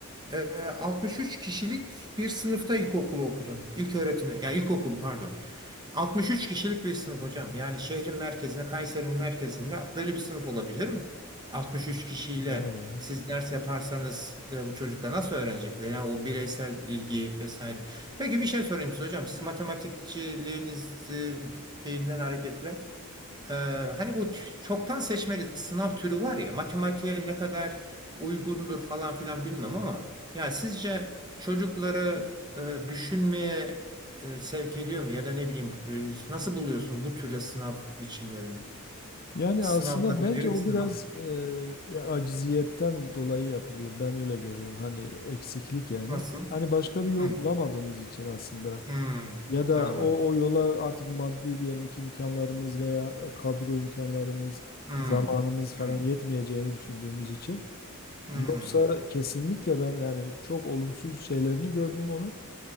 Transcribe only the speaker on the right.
ee, 63 kişilik bir sınıfta ilkokulu okudum. İlk öğretimi, ya ilkokulu pardon. 63 kişilik bir sınıf hocam. Yani şehrin merkezinde, Kayseri'nin merkezinde böyle bir sınıf olabilir mi? 63 kişiyle
siz ders yaparsanız e, bu çocuklar nasıl öğrenecekler? Yani o bireysel ilgi vesaire. Peki bir şey sorayım size hocam. Siz matematikçiliğiniz e, şeyinden hareketle. Ee, hani bu ç- çoktan seçmeli sınav türü var ya matematiğe ne kadar uygundur falan filan bilmem ama ya sizce çocukları e, düşünmeye e, sevk ediyor mu ya da ne bileyim e, nasıl buluyorsun bu türde sınav biçimlerini?
Sınavlar
yönelik
sınav.
Nasıl?
Hmm.
Hmm.
Anladım.
Hmm.
Hmm.
Hmm.